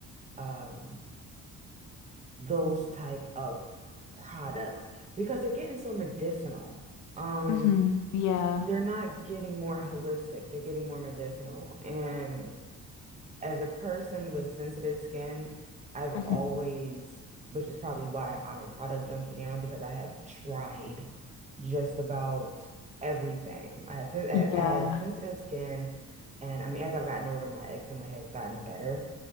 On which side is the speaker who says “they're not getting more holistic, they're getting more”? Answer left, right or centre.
Right